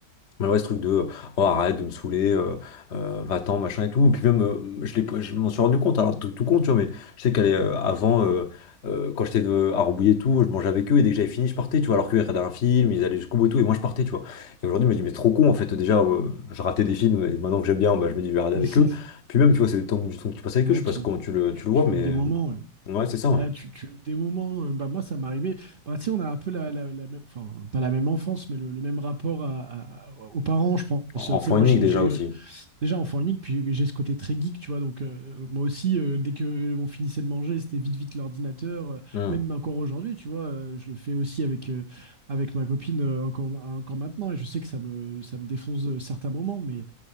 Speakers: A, on the left; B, on the right.
A: mais ouais, ce truc de, oh, arrête de me saouler, euh, euh, va-t'en, machin et tout. Puis même, euh, je l'ai, je m'en suis rendu compte, alors tout, tout compte, tu vois, mais je sais qu'elle est, euh, avant, euh, euh, quand j'étais de- à Rambouillet et tout, je mangeais avec eux, et dès que j'avais fini, je partais, tu vois, alors qu'ils regardaient un film, ils allaient jusqu'au bout et tout, et moi, je partais, tu vois. Et aujourd'hui, je me dis, mais trop con, en fait, déjà, euh, je ratais des films, et maintenant que j'aime bien, bah, je me dis, je vais regarder
B: <laughs>
A: avec eux. Puis même, tu vois, c'est le temps, du temps que tu passes avec
B: Ouais,
A: eux, je sais
B: tu,
A: pas comment
B: tu-
A: tu le, tu le
B: tu
A: vois, mais,
B: loupes des moments. ouais.
A: ouais, c'est ça,
B: Ouais,
A: ouais.
B: tu, tu loupes des moments. Euh, Bah, moi, ça m'arrivait. Bah, tu sais, on a un peu la, la, la même, enfin, pas la même enfance, mais le, le même rapport à- à- aux parents, je pense.
A: En
B: Tu
A: en
B: sais, moi,
A: unique
B: j'ai
A: déjà
B: j'ai eu
A: aussi.
B: déjà enfant unique, puis j'ai ce côté très geek, tu vois. Donc, euh, moi aussi, euh, dès que on finissait de manger, c'était vite, vite l'ordinateur. Euh,
A: Hmm.
B: même encore aujourd'hui, tu vois, euh, je le fais aussi avec, euh, avec ma copine euh, encore, encore maintenant. Et je sais que ça me, ça me défonce euh, certains moments, mais